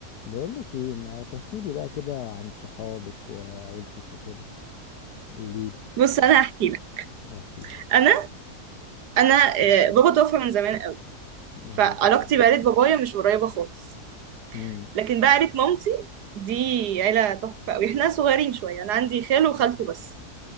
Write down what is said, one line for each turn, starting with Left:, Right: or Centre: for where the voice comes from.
Left: بقولك ايه ما تحكيلي بقى كده عن صحابك وعيلتك وكده قوليلي
Right: بص انا هحكي لك
Left: احكيلي
Right: انا انا آه، بابا توفى من زمان قوي
Left: الله
Right: فعلاقتي
Left: يرحمه
Right: بعيله بابايا مش قريبه خالص
Left: امم
Right: لكن بقى عيله مامتي دي عيله تحفه قوي احنا صغيرين شويه انا عندي خاله وخالته بس